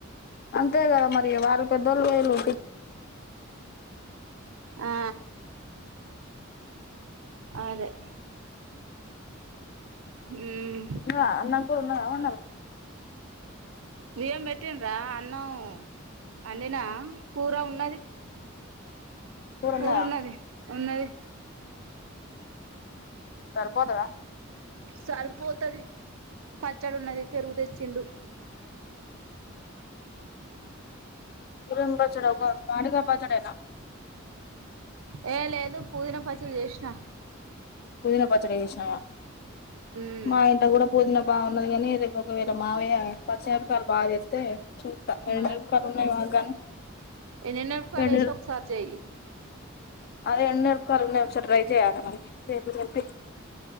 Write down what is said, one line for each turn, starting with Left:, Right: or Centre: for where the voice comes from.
Left: అంతే కదా మరి వాళ్ళ పెద్దోళ్ళు వేయళు
Right: ఆ అదే ఉమ్
Left: నా అన్న ఊరున్న
Right: మీరేం పెట్టిండ్ర నౌ అడినా పఊరా ఉన్నది
Left: కూర
Right: కూరు
Left: ఉన్నదా
Right: ఉన్నది ఉన్నది
Left: సరిపోతదా
Right: సరిగిపోతుది పచ్చడి ఉన్నది పెరుగు తెచ్చిండు
Left: ఇరుబ చడవు ఒక మాడుగాపా సరేనా
Right: ఏ లేదు పుదిన పచ్చ యష్నా
Left: పుదిన పచ్చడి చేసినా
Right: ఉమ్
Left: మా ఇంట కూడా పుదనా బాగా ఉన్నది కానీ రేపు ఒకవేర మావయ్య చెంకాల్ బాగా ఇతే చూత
Right: ఉమ్
Left: ఎనరుకాలు ఉన్నాయి వాగానే
Right: ఎండుమిరపకాయలు
Left: ఎ
Right: వేసి ఒకసారి చెయ్యి
Left: అది ఎన్నెడుపుకోాల ఎ నపు ట్రై చేయాలి మరి రేపు తెంపి